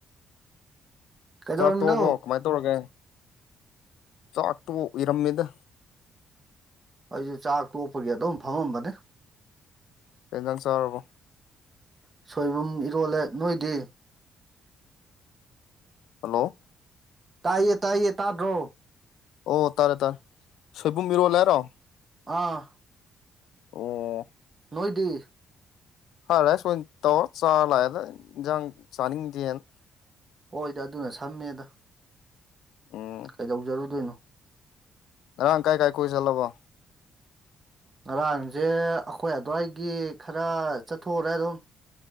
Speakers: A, on the right; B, on the left.
A: ꯀꯩꯗꯧꯔꯝꯃꯤꯅꯣ
B: ꯆꯥꯛꯇꯣꯕꯣ ꯀꯃꯥꯏꯅ ꯇꯧꯔꯒꯦ ꯆꯥꯛꯇꯣ ꯎꯏꯔꯝꯃꯦꯗ
A: ꯑꯩꯁꯦ ꯆꯥꯛ ꯇꯣꯛꯄꯒꯤ ꯑꯗꯨꯝ ꯐꯝꯃꯝꯕꯅꯦ
B: ꯌꯦꯟꯖꯥꯡ ꯆ ꯆꯥꯎꯔꯕꯣ
A: ꯁꯣꯏꯕꯨꯝ ꯏꯔꯣꯜꯂꯦ ꯅꯣꯏꯗꯤ
B: ꯍꯜꯂꯣ
A: ꯇꯥꯏꯌꯦ ꯇꯥꯏꯌꯦ ꯇꯥꯗ꯭ꯔꯣ
B: ꯑꯣ ꯇꯥꯔꯦ ꯇꯥꯔꯦ ꯁꯣꯏꯕꯨꯝ ꯃꯤꯔꯣꯜ ꯂꯩ ꯍꯥꯏꯔꯣ
A: ꯑꯥ
B: ꯑꯣ
A: ꯅꯣꯏꯗꯤ
B: ꯍꯣꯂꯤꯛꯁ ꯑꯣꯏ ꯇꯧꯔ ꯆꯥꯔ ꯂꯥꯛꯑꯦꯅ ꯏꯟꯁꯥꯡ ꯆꯥꯅꯤꯡꯗꯦꯅ
A: ꯍꯣꯏꯗꯤ ꯑꯗꯨꯅ ꯁꯝꯃꯦꯗ
B: ꯎꯝ
A: ꯀꯩꯗꯧꯖꯔꯨꯗꯣꯏꯅꯣ
B: ꯉꯔꯥꯡ ꯀꯥꯏ ꯀꯥꯏ ꯀꯨꯣꯏꯁꯤꯜꯂꯕꯣ
A: ꯉꯔꯥꯡꯁꯦ ꯑꯩꯈꯣꯏ ꯑꯗꯨꯋꯥꯏꯒꯤ ꯈꯔ ꯆꯠꯊꯣꯛꯎꯔꯦ ꯑꯗꯨꯝ